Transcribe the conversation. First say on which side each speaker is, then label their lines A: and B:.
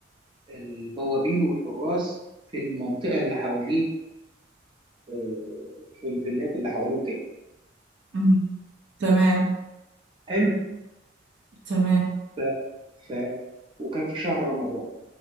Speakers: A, on the right; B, on the right.
A: البوابين والحراس في المنطقه اللي حواليه آه، في الفيلات اللي حواليه وكده
B: مم. تمام
A: حلو
B: تمام
A: ف... ف... وكان في شهر رمضان